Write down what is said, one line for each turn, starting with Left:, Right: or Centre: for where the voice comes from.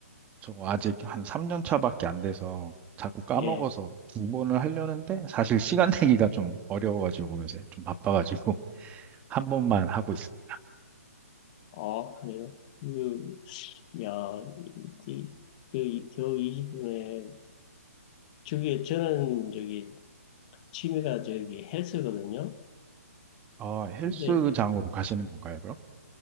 Right: 저거 아직 한 3년 차밖에 안 돼서 자꾸 까먹어서
Left: 예.
Right: 두 번을 하려는데 사실 시간 내기가 좀 어려워가지고 요새 좀 바빠가지고 <laughs> 한 번만 하고 있습니다.
Left: 아, 그래요? 그, 야, 이, 이- 그, 이- 겨우 20분에 저기 저는 저기 취미가 저기 헬스거든요.
Right: 아, 헬스장으로
Left: 이제
Right: 가시는 건가요, 그럼?